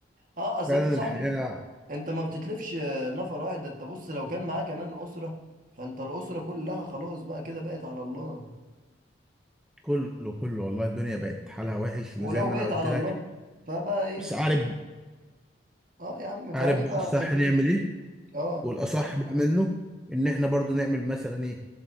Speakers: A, on the right; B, in the centre.
A: اه اصل
B: فعلا
A: انت صاحبي
B: الحياة
A: انت ما بتتلفش آه، نفر واحد ده انت بص لو كان معاه كمان اسرة فانت الاسرة كلها خلاص بقى كده بقت على الله
B: كله كله والله الدنيا بقت حالها وحش وزي
A: ولو
B: ما
A: بقت
B: انا قلت
A: على
B: لك
A: الله فبقى ايه
B: بس عارف
A: اه يا عم فهيبقى
B: عارف بقى الصح
A: حلوين
B: نعمل ايه
A: اه
B: والاصح بقى منه ان احنا برضو نعمل مثلا ايه